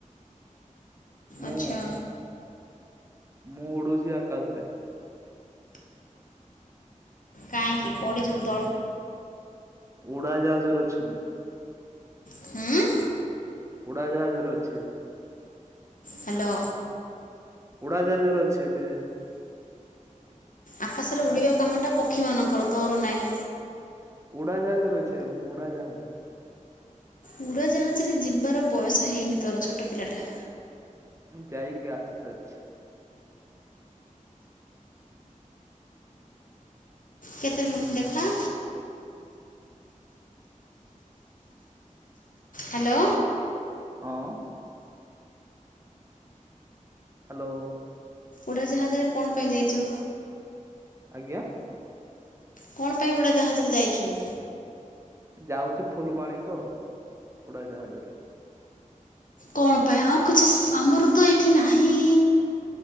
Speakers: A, on the right (about 20°); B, on the left (about 75°).
A: ମୁଁ
B: ଆଚ୍ଛା।
A: ମୁଁ ଉଡୁଚି ଆକାଶରେ।
B: କାହିଁକି ପଡିଯିବୁ ତଳୁକୁ
A: ଉଡାଜାହାଜରେ ଅଛି ମୁଁ।
B: ହୁଁ।
A: ଉଡାଜାହାଜରେ ଅଛି ଏବେ।
B: ହାଲୋ।
A: ଉଡ଼ାଜାହାଜରେ ଅଛି ଏବେ।
B: ଆକାଶରେ ଉଡିବା
A: ଆଁ
B: କାମଟା ପକ୍ଷୀ ମାନଙ୍କର ତୋରୋ ନାଇଁ।
A: ଉଡ଼ାଜାହାଜରେ ଅଛି ଏବେ ମୁଁ ଉଡ଼ାଜାହାଜ।
B: ଉଡାଜାହାଜରେ ଯିବାର ବୟସ ହେଇନି ତୋରୋ ଛୋଟୋ ପିଲା ଟା।
A: ମୁଁ ଯାଇକି ଆସି ସାରିଛି।
B: କେତେ ମି ଦେଖା। ହାଲୋ।
A: ହଁ। ହାଲୋ।
B: ଉଡାଜାହାଜରେ କଣ ପାଇଁ ଯାଇଚୁ?
A: ଆଜ୍ଞା।
B: କଣ ପାଇଁ ଉଡାଜାହାଜରେ ଯାଇଛୁ?
A: ଯାଉଛି ଫୁଲବାଣୀ ତ ଉଡାଜାହାଜରେ।
B: କଣ ପାଇଁ ଆଉ କିଛି ଆମର ତ ଏଇଠି ନାହିଁ?